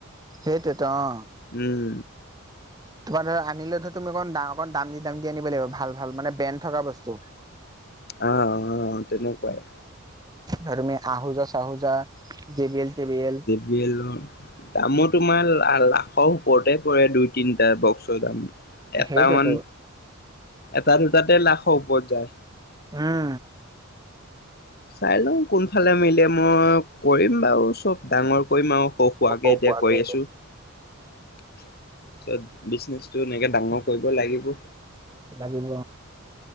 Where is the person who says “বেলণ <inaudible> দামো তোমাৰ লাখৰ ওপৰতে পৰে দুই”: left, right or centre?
Left